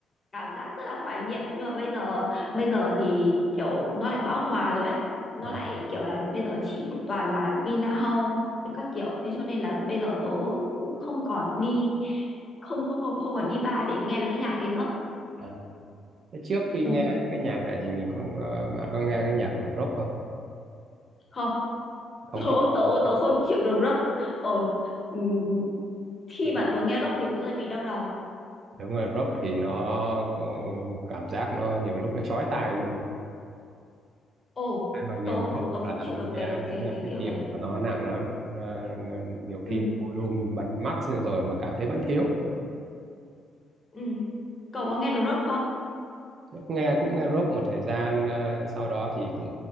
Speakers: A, on the left; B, on the right.
A: cảm giác rất là thoải nghiệm nhưng mà bây giờ bây giờ thì kiểu nó lại bão hòa rồi ấy nó
B: à,
A: lại kiểu là bây giờ chỉ toàn là Vinahall với các kiểu thế cho nên là bây giờ tớ cũng không còn đi không không không không còn đi bar để nghe mấy cái nhạc ấy nữa
B: à. Thế trước khi
A: ừ
B: nghe những cái nhạc này thì mình có ờ, bạn có nghe cái nhạc rock không
A: không
B: không
A: <laughs> tớ
B: thích
A: tớ tớ không chịu được rock ờ ừ, khi mà
B: rock.
A: tớ nghe rock thì tớ lại bị đau đầu
B: đúng rồi rock thì nó có cảm giác nó nhiều lúc nó chói tai luôn
A: ồ
B: ai mà ghiền
A: tớ
B: nhất
A: tớ tớ không
B: là
A: chịu
B: nghe,
A: được cái cái
B: nghe
A: cái
B: cái
A: kiểu
B: tiếng
A: đấy
B: của nó nặng lắm Nó- nhiều khi
A: ừ
B: volume bật max lên rồi mà cảm thấy vẫn thiếu
A: ừ cậu có nghe được rock không
B: nghe cũng nghe rock một thời gian ờ, sau đó thì cũng